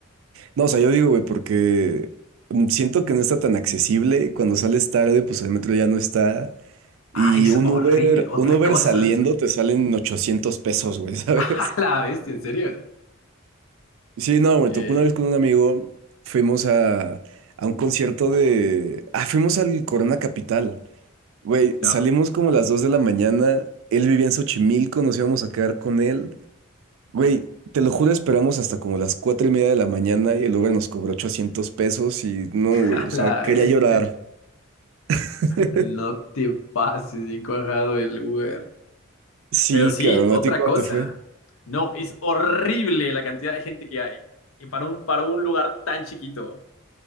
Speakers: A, on the right (about 70°); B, on the left (about 75°).
A: no, o sea, yo digo, güey, porque mm, siento que no está tan accesible. Cuando sales tarde, pues el metro ya no está. Y
B: Ah, es
A: un
B: horrible,
A: Uber,
B: otra
A: un Uber
B: cosa,
A: saliendo
B: sí.
A: te salen 800 pesos, güey, <laughs> ¿sabes?
B: <laughs> A la bestia, ¿en serio?
A: Sí, no, me
B: Yay.
A: tocó una vez con un amigo, fuimos a, a un concierto de... Ah, fuimos al Corona Capital. Güey,
B: No,
A: salimos
B: <laughs>
A: como a las 2 de la mañana, él vivía en Xochimilco, nos íbamos a quedar con él. Güey, te lo juro, esperamos hasta como las 4 y media de la mañana y el Uber nos cobró 800 pesos y no, güey,
B: a
A: o sea,
B: la
A: quería
B: bestia.
A: llorar. <laughs>
B: No te pases bien cuajado el Uber.
A: Sí,
B: Pero sí,
A: cabrón,
B: otra
A: ¿a ti cómo
B: cosa.
A: te fue?
B: No, es horrible la cantidad de gente que hay. Y para un, para un lugar tan chiquito.